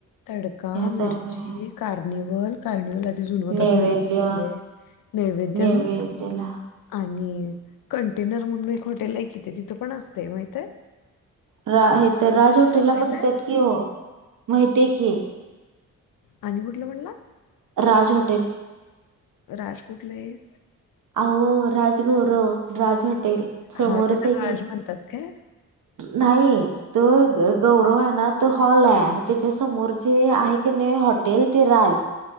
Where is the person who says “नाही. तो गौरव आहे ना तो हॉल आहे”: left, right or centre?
Right